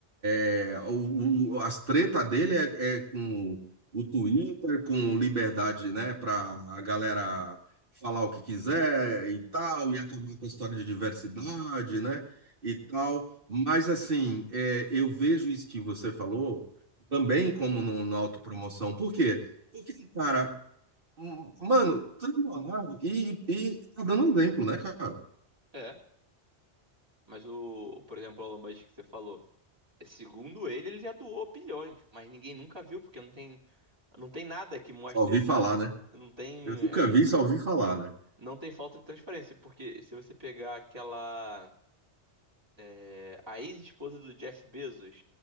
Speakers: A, on the right (about 50°); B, on the right (about 20°).
A: É, o, o- as treta dele é, é com o Twitter, com liberdade, né, para a galera falar o que quiser e tal, e acabar com a história de diversidade, né, e tal. Mas, assim, é, eu vejo isso que você falou também como no, na autopromoção. Por quê? Porque, cara, hum, mano, trilionário e, e tá dando um exemplo, né, cara?
B: É. Mas o, o, por exemplo, o Elon Musk que você falou. Segundo ele, ele já doou bilhões, mas ninguém nunca viu, porque não tem, não tem nada que mostre,
A: Só ouvi
B: sabe?
A: falar, né?
B: Não tem.
A: Eu nunca
B: é,
A: vi, só ouvi falar, né?
B: Não tem falta de transparência, porque se você pegar aquela. é, a ex-esposa do Jeff Bezos,